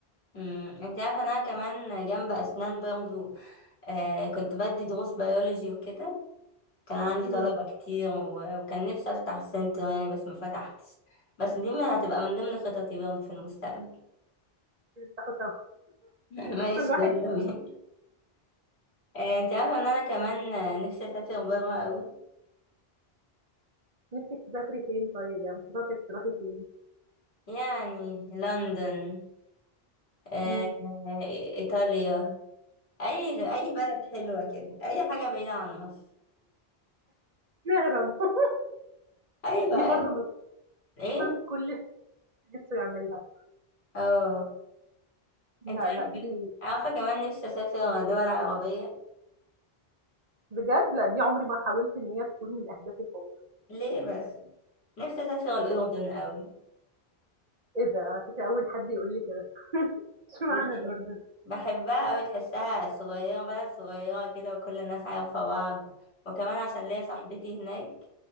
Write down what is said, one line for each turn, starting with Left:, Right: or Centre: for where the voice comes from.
Left: امم انت عارفه إن انا كمان جنب اسنان برضو آه كنت بدي دروس بيولوجي وكده كان عندي
Right: مم،
Left: طلبه كتير و- وكان نفسي افتح سنتر يعني بس ما فتحتش بس دي ما هتبقى من ضمن خططي برضو في المستقبل
Right: نفتحه سوا
Left: <laughs> ماشي
Right: كل واحد
Left: يلا بينا آه، انت عارفه ان انا كمان آه، نفسي اسافر بره قوي
Right: نفسك تسافري فين طيب يعني خططك تروحي فين
Left: يعني لندن آه،
Right: مم،
Left: آه، إيطاليا اي اي بلد حلوه كده اي حاجه بعيده عن مصر
Right: نهرب <laughs>
Left: اي بقى
Right: دي برضه من
Left: ايه
Right: من كل نِفْسه يعملها.
Left: اه
Right: لأ،
Left: انت عارفه
Right: لأ، دي
Left: عارفه كمان نفسي اسافر دول عربيه
Right: بجد لأ، دي عمري ما حاولت إن هي تكون من أهدافي خالص.
Left: ليه بس نفسي اسافر الاردن قوي
Right: إيه ده! على فكرة أول حد يقول لي كده، <laughs> إشمعنى
Left: ليه
Right: الأردن؟
Left: بحبها قوي تحسها صغيره بلد صغيره كده وكل الناس عارفه بعض وكمان عشان ليا صاحبتي هناك